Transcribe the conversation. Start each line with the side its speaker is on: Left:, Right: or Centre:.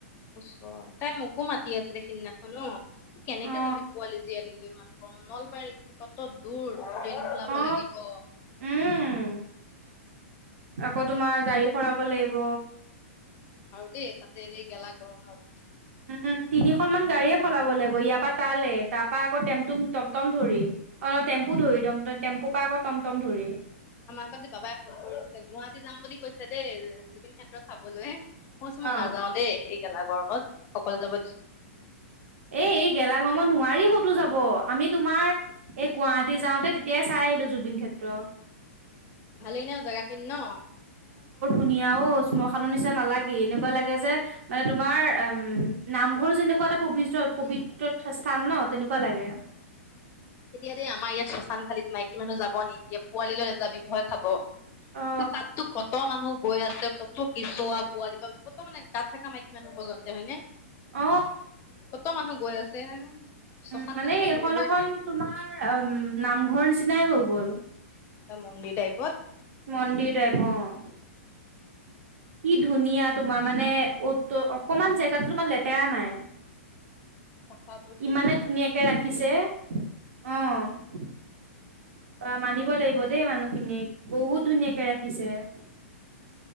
Left: ওচৰ। তাই মোকো মাতি আছিলে, সিদিনাখন ন'। কেনেকৈ
Right: অ
Left: যাবি পোৱালি জীয়ালি লৈ ইমান অ', নলবাৰী কত দূৰ, ট্ৰেইন সলাব
Right: অ
Left: লাগিব
Right: উম আকৌ তোমাৰ গাড়ী সলাব লাগিব
Left: সেই তাতে এই গেলা গৰমত
Right: উম, তিনিখনমান গাড়ীয়ে সলাব লাগিব, ইয়াৰ পৰা তালে, তাৰাপা আকৌ টেম্প' <unintelligible> টমটম ধৰি, অ' টেম্পু ধৰি, টমম-টেম্পু পৰা আকৌ টমটম ধৰি।
Left: আমাক আজি বাবাই ফোন কৰিছে, গুৱাহাটী যাম বুলি কৈছে দেই, জুবিন ক্ষেত্ৰ চাবলে, মই কৈছোঁ, মই
Right: অ
Left: নাযাওঁ দেই, এই গেলা গৰমত, অকলে যাব দিছোঁ।
Right: এ, এই গেলা গৰমত নোৱাৰি ক'তো যাব, আমি তোমাৰ এই গুৱাহাটী যাওঁতে, তেতিয়াই চাই আহিলোঁ জুবিনক্ষেত্ৰ।
Left: ভালেই ন', জেগাখিনি ন'?
Right: ধুনীয়াও, শ্মশানৰ নিচিনা নালাগে, এনেকুৱা লাগে যে মানে তোমাৰ, উম, নামঘৰ যেনেকুৱা এটা পবি প- পবিত্ৰ
Left: উম
Right: স্থান ন', তেনেকুৱা লাগে।
Left: এতিয়া দেই আমাৰ ইয়াত শশান খালীত মাইকী মানুহ যাব নিদিয়ে, পোৱালী নাযাবি, ভয় খাব।
Right: অ
Left: তাততো কত মানুহ গৈ আছে, কত কেঁচুৱা-পোৱালি প-কত মানে গাত থকা মাইকীমানুহ পৰ্যন্ত, হয়নে?
Right: অ
Left: কত মানুহ গৈ আছে। শশান
Right: উম, মানে
Left: খালী বুলি
Right: এইখন
Left: ধৰিবই
Right: এখন
Left: নোৱাৰি
Right: তোমাৰ, উ, নামঘৰ নিচিনাই হৈ গ'ল।
Left: এটা মন্দিৰ টাইপ।
Right: মন্দিৰ টাইপ, অ'। কি ধুনীয়া, তোমাৰ মানে অ'-ত-অকমান জেগাতো, তোমাৰ লেতেৰা নাই। <inaudible>
Left: চাফা কৰি থৈ
Right: ইমানে
Left: দিছে
Right: ধুনীয়াকে
Left: ন
Right: ৰাখিছে, অ'। অ', মানিব লাগিব দেই মানুহখিনিক, বহুত ধুনীয়াকে ৰাখিছে। <inaudible>